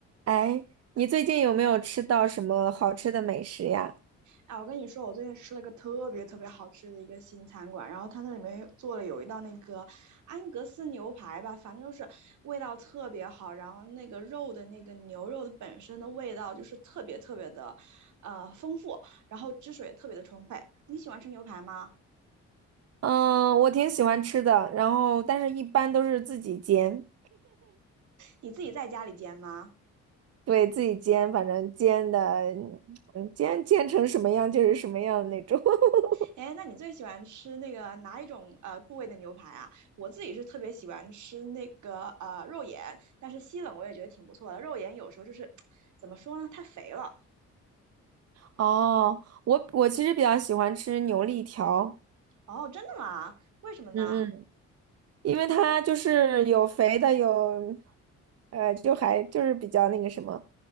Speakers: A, on the right; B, on the right.
A: 哎，你最近有没有吃到什么好吃的美食呀？
B: 哎，我跟你说，我最近吃了一个特别特别好吃的一个新餐馆，然后它那里面做了有一道那个安格斯牛排吧，反正就是味道特别好，然后那个肉的那个牛肉的本身的味道就是特别特别的，呃，丰富，然后汁水也特别的充沛。你喜欢吃牛排吗？
A: 嗯，我挺喜欢吃的，然后但是一般都是自己煎，
B: 你自己在家里煎吗？
A: 对，自己煎，反正煎的，嗯煎煎成什么样就是什么样的那种。<laughs>
B: 哎，那你最喜欢吃那个哪一种呃部位的牛排啊？我自己是特别喜欢吃那个呃肉眼，但是西冷我也觉得挺不错的。肉眼有时候就是 <tsk> 怎么说呢，太肥了。
A: 哦，我我其实比较喜欢吃牛肋条，
B: 哦，真的吗？为什么呢？
A: 嗯嗯，因为它就是有肥的，有，呃，就还就是比较那个什么，